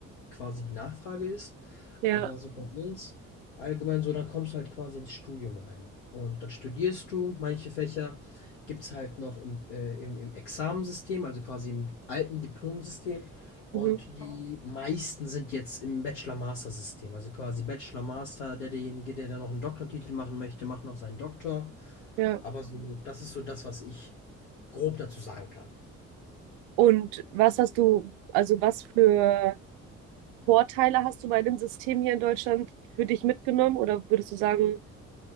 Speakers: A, on the left; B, on the right.
A: quasi die Nachfrage ist.
B: Ja.
A: Aber so bei uns allgemein so, dann kommst du halt quasi ins Studium rein. Und dann studierst du. Manche Fächer gibt es halt noch im, äh, im, im Examensystem, also quasi im alten Diplomsystem. Und
B: Mhm.
A: die meisten sind jetzt im Bachelor-Master-System. Also quasi Bachelor-Master, der, derjenige, der dann noch einen Doktortitel machen möchte, macht noch seinen Doktor.
B: Ja.
A: Aber so, das ist so das, was ich grob dazu sagen kann.
B: Und was hast du, also was für Vorteile hast du bei dem System hier in Deutschland für dich mitgenommen? Oder würdest du sagen,